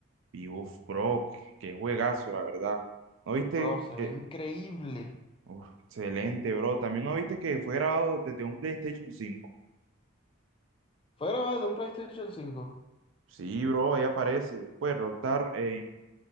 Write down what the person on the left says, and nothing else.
Bro, se
ve increíble.
Fue grabado en un PlayStation cinco,